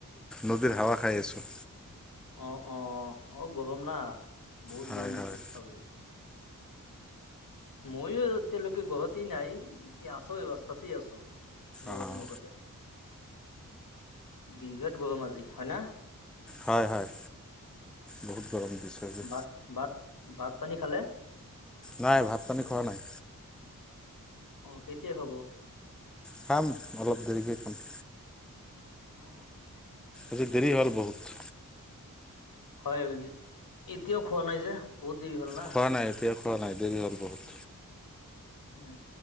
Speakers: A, in the centre; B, on the left.
A: নদীৰ হাৱা খাই আছোঁ।
B: অ অ অ গৰম না বহুত
A: হয়
B: গৰম দিছে
A: হয়
B: আজি। ময়ো এতিয়ালৈকে ঘৰতেই নাই আছো ৰাস্তাতে আছো। ঘৰৰ
A: অঁ
B: সন্মুখতে। বিৰাত গৰমা আজি হয় না?
A: হয়, হয় বহুত গৰম। দিছে আজি
B: ভাত ভাত ভাত পানী খালে?
A: নাই ভাত পানী খোৱা নাই।
B: অ কেতিয়া খাব?
A: খাম অলপ দেৰিকে খাম।
B: অ।
A: আজি দেৰি হ'ল বহুত।
B: হয় এতিয়াও খোৱা নাই যে বহুত দেৰি হ'ল না।
A: খোৱা নাই এতিয়াও খোৱা নাই দেৰি হ'ল বহুত।
B: উম